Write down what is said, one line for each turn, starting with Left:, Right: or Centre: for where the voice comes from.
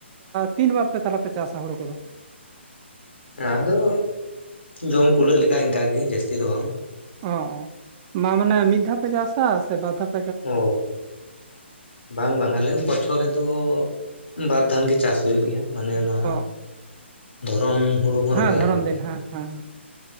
Right: ᱛᱤᱱ ᱵᱟᱨ ᱯᱮ ᱛᱟᱦᱚᱞᱮ ᱯᱮ ᱪᱟᱥᱟ ᱦᱩᱲᱩ ᱠᱚᱫᱚ
Left: ᱟᱫᱚ ᱡᱚᱢ ᱠᱩᱞᱟᱹᱜ ᱞᱮᱠᱟ ᱤᱱᱠᱟᱜ ᱜᱮ ᱡᱟᱹᱥᱛᱤ ᱫᱚ ᱵᱟᱝ
Right: ᱚ ᱵᱟ ᱢᱟᱱᱮ ᱢᱤᱫ ᱫᱷᱟᱣ ᱯᱮ ᱪᱟᱥᱟ ᱥᱮ ᱵᱟᱨ ᱫᱷᱟᱯ
Left: ᱚ ᱵᱟᱝ ᱵᱟᱝ ᱟᱞᱮ ᱵᱚᱪᱷᱚᱨ ᱨᱮᱫᱚ ᱵᱟᱨ ᱫᱷᱟᱱ ᱜᱮ ᱪᱟᱥ ᱦᱩᱭᱩᱜ ᱜᱮᱭᱟ ᱢᱟᱱᱮ ᱚᱱᱟ
Right: ᱚ
Left: ᱫᱷᱚᱨᱚᱱ ᱦᱩᱲᱩ ᱦᱚᱸ
Right: ᱦᱮᱸ
Left: ᱨᱚᱦᱚᱭ
Right: ᱫᱷᱚᱨᱚᱱ
Left: ᱦᱩᱭᱩᱜ ᱜᱮᱭᱟ
Right: ᱫᱤᱱ
Left: ᱟᱞᱮ
Right: ᱦᱮᱸ
Left: ᱫᱚ
Right: ᱦᱮᱸ